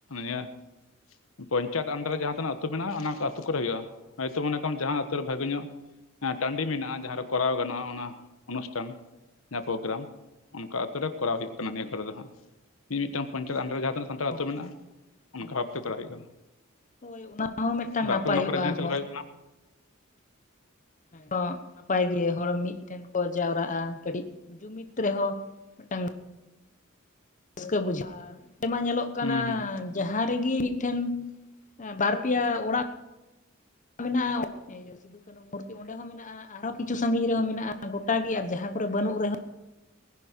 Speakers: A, on the left; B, on the left.
A: ᱱᱤᱭᱟᱹ ᱯᱚᱧᱪᱟᱭᱮᱛ ᱟᱱᱰᱟᱨ ᱨᱮ ᱡᱟᱦᱟᱸ ᱛᱤᱱᱟᱹ ᱟᱹᱛᱩ ᱢᱮᱱᱟᱜᱼᱟ, ᱚᱱᱟ ᱟᱹᱛᱩ ᱠᱚᱨᱮ ᱦᱩᱭᱩᱜᱼᱟ᱾ ᱦᱳᱭ ᱛᱚ ᱢᱮᱠᱟᱢ ᱡᱟᱦᱟᱸ ᱡᱟᱸᱦᱟᱸ ᱟᱹᱛᱩᱳ ᱨᱮ ᱵᱷᱟᱹᱜᱤ ᱧᱚᱜ ᱴᱟᱺᱰᱤ ᱢᱮᱱᱟᱜᱼᱟ ᱡᱟᱦᱟᱸᱨᱮ ᱠᱚᱨᱟᱣ ᱜᱟᱱᱚᱜᱼᱟ ᱚᱱᱟ ᱚᱱᱩᱥᱴᱷᱟᱱ ᱡᱟᱦᱟᱸ ᱯᱨᱳᱜᱨᱟᱢ ᱚᱱᱠᱟ ᱟᱛᱩᱨ ᱨᱮ ᱠᱚᱨᱟᱣ ᱦᱩᱭᱩᱜ ᱠᱟᱱᱟ ᱱᱤᱭᱟᱹ ᱠᱚᱨᱮ ᱫᱚ ᱦᱟᱸᱜ ᱢᱤᱫᱤᱫᱴᱟᱝ ᱯᱚᱧᱪᱟᱭᱮᱛ ᱟᱱᱰᱟᱨ ᱨᱮ ᱡᱟᱦᱟᱸ ᱛᱤᱱᱟᱹᱜ ᱥᱟᱱᱛᱟᱲ
B: ᱚ
A: ᱟᱛᱳ ᱢᱮᱱᱟᱜᱼᱟ, ᱚᱱᱠᱟ
B: ᱦᱩᱸ
A: ᱵᱷᱟᱵᱛᱮ ᱠᱚᱨᱟᱣ ᱦᱩᱭᱩᱜ ᱠᱟᱱᱟ᱾
B: ᱦᱳᱭ ᱚᱱᱟ ᱦᱚᱸ ᱢᱤᱫᱴᱟᱝ
A: ᱟᱫᱚ
B: ᱱᱟᱯᱟᱭᱚᱜᱼᱟ
A: ᱟᱯᱮ ᱚᱱᱟ ᱠᱚᱨᱮ ᱜᱮ
B: ᱟᱨᱦᱚ᱾
A: ᱪᱮᱫ ᱞᱮᱠᱟ ᱦᱩᱭᱩᱜ ᱠᱟᱱᱟ
B: ᱟᱫᱚ ᱱᱟᱯᱟᱭ ᱜᱮ ᱦᱚᱲ ᱢᱤᱫᱴᱮᱱ ᱠᱚ ᱡᱟᱣᱨᱟᱜᱼᱟ ᱠᱟᱹᱴᱤᱡ ᱡᱩᱢᱤᱫ ᱨᱮᱦᱚ ᱢᱤᱫᱴᱟᱝ ᱨᱟᱹᱥᱠᱟᱹ ᱵᱩᱡᱷᱟᱹᱜᱼᱟ ᱟᱨ ᱱᱮ ᱢᱟ ᱧᱮᱞᱚᱜ ᱠᱟᱱᱟ
A: ᱦᱩᱸ ᱦᱩᱸ
B: ᱡᱟᱦᱟᱸ ᱨᱮᱜᱮ ᱢᱤᱫᱴᱷᱮᱱ ᱵᱟᱨ ᱯᱮᱭᱟ ᱚᱲᱟᱜ ᱢᱮᱱᱟᱜᱼᱟ ᱤᱭᱟᱹ ᱥᱤᱫᱩ ᱠᱟᱹᱱᱩ ᱢᱩᱨᱛᱤ ᱚᱸᱰᱮ ᱦᱚᱸ ᱢᱮᱱᱟᱜᱼᱟ᱾ ᱟᱨᱦᱚᱸ ᱠᱤᱪᱷᱩ ᱥᱟᱺᱜᱤᱧ ᱨᱮᱦᱚᱸ ᱢᱮᱱᱟᱜᱼᱟ ᱜᱚᱴᱟᱜ ᱜᱮ ᱟᱨ ᱡᱟᱦᱟᱸ ᱠᱚᱨᱮ ᱵᱟᱹᱱᱩᱜ ᱨᱮᱦᱚᱸ